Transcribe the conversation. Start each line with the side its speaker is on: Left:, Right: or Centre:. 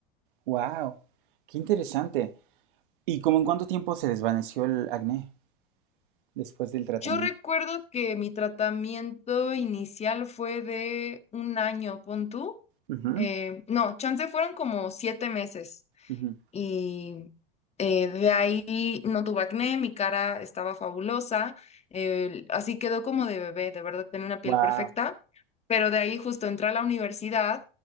Right: wow, qué interesante. ¿Y como en cuánto tiempo se desvaneció el acné después del tratamiento?
Left: Yo recuerdo que mi tratamiento inicial fue de un año, pon tú.
Right: Wow,
Left: eh, no, chance fueron como siete meses
Right: Ujú,
Left: y eh, de ahí no tuve acné, mi cara estaba fabulosa, eh, así quedó como de bebé, de verdad tenía una piel
Right: Wow.
Left: perfecta, pero de ahí justo entré a la universidad,